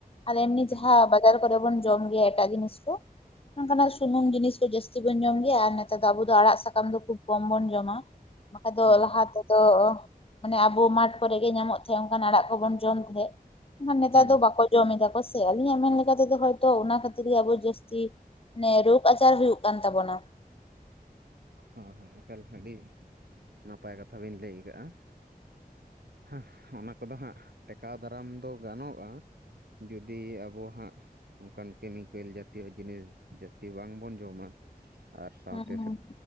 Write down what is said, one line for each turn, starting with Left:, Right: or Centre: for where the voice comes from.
Left: ᱟᱞᱮ ᱱᱤᱛ
Right: ᱦᱮᱸ
Left: ᱦᱟᱸᱜ ᱵᱟᱡᱟᱨ ᱠᱚᱨᱮ ᱵᱚᱱ ᱡᱚᱢ ᱜᱮᱭᱟ ᱮᱴᱟᱹᱜ ᱡᱤᱱᱤᱥ ᱠᱚ᱾ ᱱᱚᱝᱠᱟᱱᱟᱜ ᱥᱩᱱᱩᱢ ᱡᱤᱱᱤᱥ ᱠᱚ ᱡᱟᱹᱥᱛᱤ ᱵᱚᱱ ᱡᱚᱢ ᱜᱮᱭᱟ ᱟᱨ ᱱᱮᱛᱟᱨ ᱫᱚ ᱟᱵᱚ ᱫᱚ ᱟᱸᱲᱟᱜ ᱥᱟᱠᱟᱢ ᱫᱚ ᱠᱷᱩᱵ ᱠᱚᱢ ᱵᱚᱱ ᱡᱚᱢᱟ᱾ ᱵᱟ. ᱠᱷᱟᱡ ᱫᱚ
Right: ᱦᱮᱸ
Left: ᱞᱟᱦᱟ ᱛᱮᱫᱚ ᱢᱟᱱᱮ ᱟᱵᱚ ᱢᱟᱴᱷ ᱠᱚᱨᱮ ᱜᱮ ᱧᱟᱢᱚᱜ ᱛᱟᱦᱮᱸ ᱚᱱᱠᱟᱱ ᱟᱸᱲᱟᱜ ᱠᱚᱵᱚᱱ ᱡᱚᱢ ᱛᱟᱦᱮᱸᱡ ᱮᱱᱠᱷᱟᱱ ᱱᱮᱛᱟᱨ
Right: ᱦᱮᱸ
Left: ᱫᱚ ᱵᱟᱠᱚ ᱡᱚᱢ ᱮᱫᱟ ᱠᱚᱥᱮ ᱟᱹᱞᱤᱧᱟᱜ ᱢᱮᱱ ᱞᱮᱠᱟᱛᱮᱫᱚ ᱦᱚᱭᱛᱚ ᱚᱱᱟ ᱠᱷᱟᱹᱛᱤᱨ ᱜᱮ ᱟᱵᱚ ᱡᱟᱹᱥᱛᱤ ᱱᱮ ᱨᱚᱜᱽ ᱟᱪᱟᱨ ᱦᱩᱭᱩᱜ ᱠᱟᱱ ᱛᱟᱵᱚᱱᱟ᱾
Right: ᱦᱚᱭ ᱦᱚᱭ ᱮᱠᱟᱞ ᱟᱹᱰᱤ ᱱᱟᱯᱟᱭ ᱠᱟᱛᱷᱟ ᱵᱤᱱ ᱞᱟᱹᱭ ᱠᱟᱜᱼᱟ᱾ ᱦᱮᱸᱜ ᱚᱱᱟ ᱠᱚᱫᱚ ᱦᱟᱸᱜ ᱴᱮᱠᱟᱣ ᱫᱟᱨᱟᱢ ᱫᱚ ᱜᱟᱱᱚᱜᱼᱟ᱾ ᱡᱩᱫᱤ ᱟᱵᱚ ᱦᱟᱸᱜ ᱚᱱᱠᱟᱱ ᱠᱮᱢᱤᱠᱮᱞ ᱡᱟᱛᱤᱭᱚ ᱡᱤᱱᱤᱥ ᱡᱟᱹᱥᱛᱤ ᱵᱟᱝᱵᱚᱱ ᱡᱚᱢᱟ ᱟᱨ ᱥᱟᱶᱛᱮ
Left: ᱦᱩᱸ ᱦᱩᱸ